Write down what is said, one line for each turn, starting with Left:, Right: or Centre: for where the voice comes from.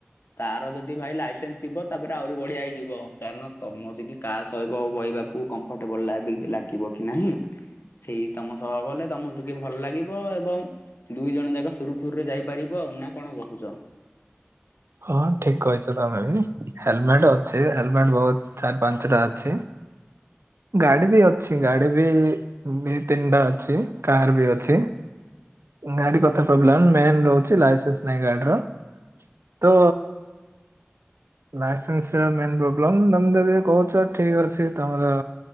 Left: ତାର ଯଦି ଭାଇ ଲାଇସେନ୍ସ ଥିବ ତାପରେ ଆହୁରି ବଢିଆ ହେଇଯିବ କାରଣ ତମ ତିକି କାହା ସହିବ ବହିବାକୁ କମ୍ଫର୍ଟେବଲ ଲାଗିବ କି ନାହିଁ। ସେଇ ତମ ସହ ଗଲେ ତମକୁ ଟିକେ ଭଲ ଲାଗି ବ ଏବଂ ଦୁଇ ଜଣ ଯାକ ସୁରୁଖୁରୁରେ ଯାଇପାରିବ ଆଉ ନା କଣ କହୁଛ।
Right: ହଁ ଠିକ କହିଛ ତମେ ବି ହେଲମେଟ ଅଛି ହେଲମେଟ ବହୁତ ଚାରି ପାଞ୍ଚଟା ଅଛି। ଗାଡି ବି ଅଛି ଗାଡି ବି ଦି ତିନିଟା ଅଛି କାର ବି ଅଛି। ଗାଡି କଥା ପ୍ରୋବ୍ଲେମ ମେନ ରହୁଛି ଲାଇସେନ୍ସ ନାଇଁ ଗାଡି ର। ତୁ ଲାଇସେନ୍ସ ମେନ ପ୍ରୋବ୍ଲେମ ତମେ ଯଦି କହୁଛ ଠିକ ଅଛି। ତମର